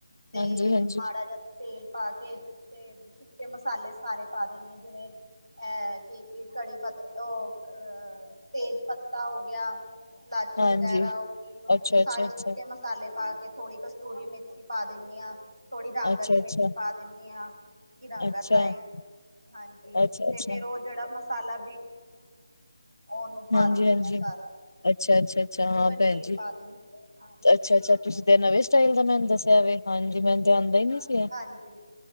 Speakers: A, on the right (about 90°); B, on the left (about 60°).
A: ਤੇ
B: ਹਾਂਜੀ ਹਾਂਜੀ
A: ਮਾੜਾ ਜਾ ਤੇਲ ਪਾ ਕੇ ਤੇ ਸੁੱਕੇ ਮਸਾਲੇ ਸਾਰੇ ਪਾ ਦੇਣੀ ਆ ਜਿਵੇਂ ਅ ਕਿ ਕੜੀ ਪ ਉਹ ਤੇਜ ਪੱਤਾ ਹੋ ਗਿਆ। ਇਲਾਚੀ
B: ਹਾਂਜੀ
A: ਵਗੈਰਾ ਹੋ ਗਈ ਲੋਂਂਗ
B: ਅੱਛਾ
A: ਸਾਰੇ
B: ਅੱਛਾ ਅੱਛਾ
A: ਸੁੱਕੇ ਮਸਾਲੇ ਪਾ ਕੇ ਥੋੜੀ ਕ ਕਸਤੂਰੀ ਮੇਥੀ ਪਾ ਦੀਨੇ ਆ ਥੋੜ੍ਹੀ ਰੰਗ
B: ਅੱਛਾ
A: ਆਲੀ
B: ਅੱਛਾ
A: ਮਿਰਚ ਪਾ ਦਿਨੀ ਆ। ਕਿ ਰੰਗਤ
B: ਅੱਛਾ
A: ਆਏ ਹਾਂਜੀ
B: ਅੱਛਾ
A: ਤੇ
B: ਅੱਛਾ
A: ਫੇਰ ਉਹ ਜਿਹੜਾ ਮਸਾਲਾ ਉਹਨੂੰ ਪਾ
B: ਹਾਂਜੀ
A: ਦਿਨੀ
B: ਹਾਂਜੀ
A: ਆ ਸਾਰਾ
B: ਅੱਛਾ ਅੱਛਾ ਅੱਛਾ
A: ਵਿੱਚ
B: ਹਾਂ
A: ਪਨੀਰ
B: ਭੈਣ ਜੀ
A: ਪਾ ਦੇ <unintelligible>
B: ਅੱਛਾ-ਅੱਛਾ ਤੁਸੀਂ ਤਾਂ ਨਵੇਂ ਸਟਾਈਲ ਦਾ ਮੈਨੂੰ ਦੱਸਿਆ ਵੇ ਹਾਂਜੀ ਮੈਨੂੰ ਤੇ ਆਂਦਾ ਹੀ ਨਹੀਂ
A: ਹਾਂ,
B: ਸੀ ਇਹ।
A: ਹਾਂਜੀ।